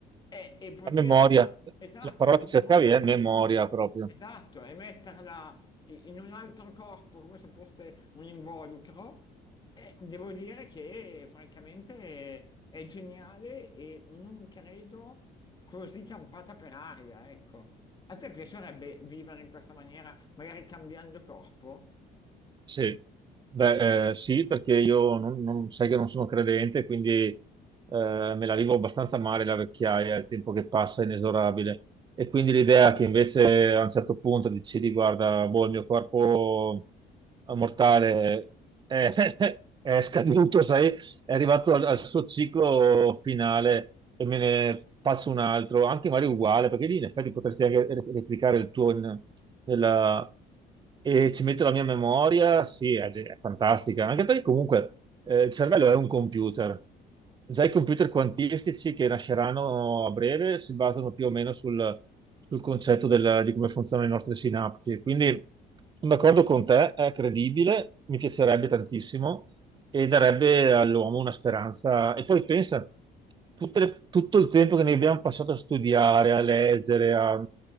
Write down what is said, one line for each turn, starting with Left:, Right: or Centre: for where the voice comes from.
Left: e, e poter,
Right: La memoria,
Left: esatto,
Right: la parola
Left: la tua
Right: che
Left: memoria
Right: cercavi è memoria proprio.
Left: Esatto, e metterla i- in un altro corpo come se fosse un involucro, e devo dire che francamente è è geniale e non credo così campata per aria, ecco. A te piacerebbe vivere in questa maniera, magari cambiando corpo?
Right: Sì, Beh, eh, sì, perché io non, non- sai che non sono credente, quindi eh, me la vivo abbastanza male la vecchiaia, il tempo che passa è inesorabile. E quindi l'idea che invece a un certo punto decidi, guarda, boh, il mio corpo mortale è, <laughs> è scaduto, sai, è arrivato al, al suo ciclo finale e me ne faccio un altro, anche magari uguale, perché lì in effetti potresti anche re- replicare il tuo in- della- e ci metto la mia memoria, sì, è, ge- è fantastica, anche perché comunque eh, il cervello è un computer. Già i computer quantistici che nasceranno a breve si basano più o meno sul, sul concetto del- di come funzionano le nostre sinapsi. Quindi sono d'accordo con te, è credibile, mi piacerebbe tantissimo e darebbe all'uomo una speranza. E poi pensa, tutte le- tutto il tempo che noi abbiamo passato a studiare, a leggere, a,